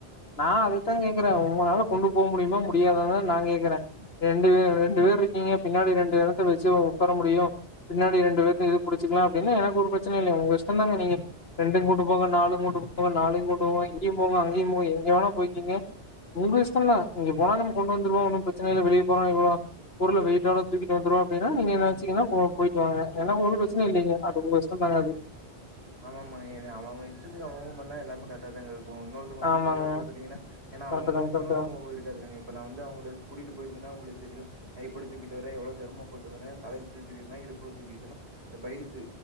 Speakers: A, on the left (about 65°); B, on the right (about 70°).
A: நா அதுக்தா கேக்குறே உங்களால கொண்டு போவமுடிமா முடியாததா நா கேக்குறே ரெண்டு பேர் ரெண்டு பேருரிக்கீங்க பின்னாடி ரெண்டு யெடத்த வச்சு உக்கார முடியு பின்னாடி ரெண்டு பேரத்த இது பிடிச்சிகளா அப்டின்னு எனக்கு ஒரு பிரச்சனையில்ல உங்க இஷ்டந்தாங்க நீங்க ரெண்டய்ம் கூட்டு போங்க நாலு கூட்டு போங்க நாலயும் கூப்பட்டு போங்க இங்கேயும் போங்க அ <unintelligible> ங்க வேணாபோயிக்கிங்க உங்கயிஸ்டந்தா இங்க போனா நம கொண்டு வந்ருவோ ஒன்னு பிரச்சனையில்ல வெளிய போனா இவ்ளோ பொருள வெயிட்டால தூக்கிட்டு வந்த்ருவோ வேனா நீங்க யன்ன
B: ம்
A: வச்சீங்கன்னா போ போயிட்டு வாங்க யெனக் ஒரு பிரச்சனல்லிங்க அது உங்க யிஸ்டந்தாங்க அது
B: ஆமா மா இது அவ அவ இஷ்டத்துக்கு அவ வ பண்ணா எல்லாமே கரக்ட்டாதாங்க இருக்கு இப்ப இன்னொருத்தவங்க வந்து
A: ஆமாங்க
B: சொல்றப்ப பாத்தீங்கனா ஏனா அவங்க
A: கரெக்ட்டுதா
B: வந்து முன்னனுபவ
A: கரெக்ட்டுதா
B: இருக்காதுலங்க இப்ப நா வந்து அவங்கள கூட்டிட்டு போயிருந்தேனா அவங்கள தெரியும் நா இப்டி தூக்கிட்டு வறே எவ்ளவு சிரம பட்டு வரே தலய் ல தூக்கிகினு இடுப்ல தூக்கிட்டுனா பைல தூ